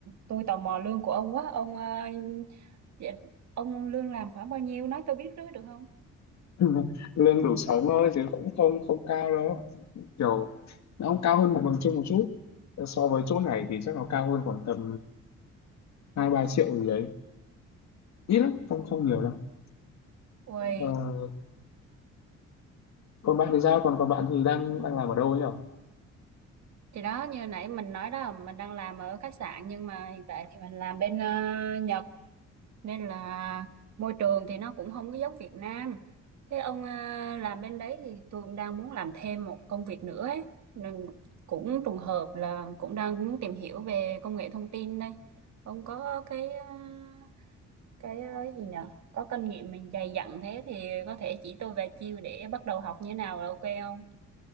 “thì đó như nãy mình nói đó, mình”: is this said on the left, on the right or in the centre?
Right